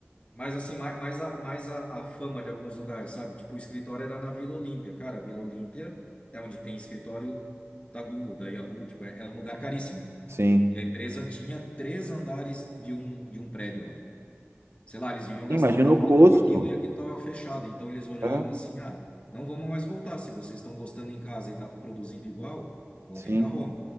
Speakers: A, on the left; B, on the right.
A: Mas assim, mais, mais, a, mais a, a fama de alguns lugares, sabe? Tipo, o escritório era na Vila Olímpia. Cara, Vila Olímpia é onde tem escritório da Google, da Yahoo, tipo, é, é um lugar caríssimo.
B: Sim.
A: E a empresa tinha três andares de um, de um prédio lá. Sei lá, eles deviam gastar
B: Imagina
A: uma nota
B: o custo.
A: com aquilo e aquilo estava fechado. Então eles olharam
B: né?
A: assim: ah, não vamos mais voltar. Se vocês estão gostando em casa e está produzindo igual, vão
B: Sim.
A: ficar home.